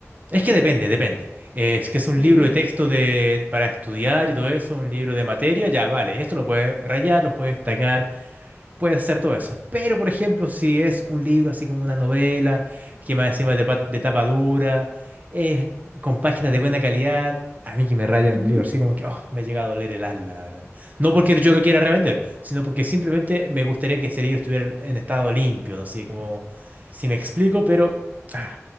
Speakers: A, on the right; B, in the centre.
A: Es que depende, depende. Es que es un
B: ¿De
A: libro
B: qué?
A: de texto de, para estudiar y todo eso, un libro de materia, ya vale. Esto lo puedes rayar, lo puedes destacar puede ser todo eso. Pero, por ejemplo, si es un libro así como una novela, que más encima es de, pa- de tapa dura, eh, con páginas de buena calidad, a mí que me rayan
B: Ujú.
A: el libro, así como que oh, me llega a doler el alma, la verdad. No porque yo lo quiera revender, sino porque simplemente me gustaría que ese libro estuviera en estado limpio, no sé como si me explico, pero ah,